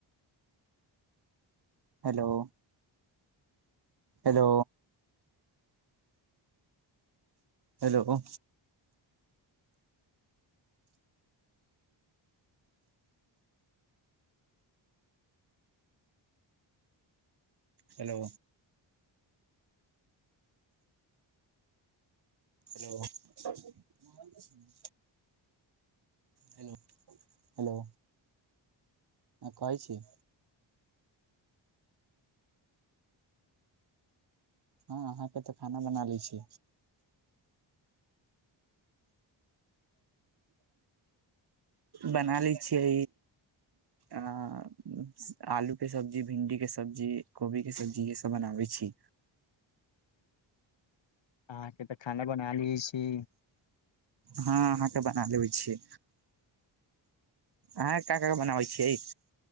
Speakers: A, on the right; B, on the left.
A: hello hello hello hello <inaudible> hello कह छी हां अहाके त खाना बना लै छि बना लै छिय आहां आलू के सब्जी भिन्डी के सब्जी कोबी के सब्जी इहे सब बनाबै छी
B: अहाँके त खाना बना लै छी
A: हां अहाके बना देबाई छियै अहाँ का का बनाबै छियै